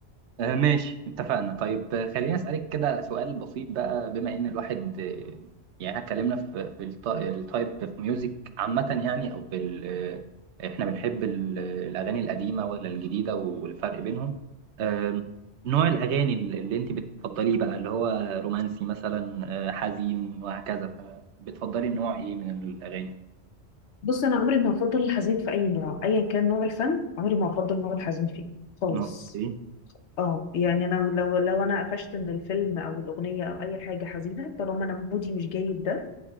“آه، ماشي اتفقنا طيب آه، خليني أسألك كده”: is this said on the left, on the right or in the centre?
Right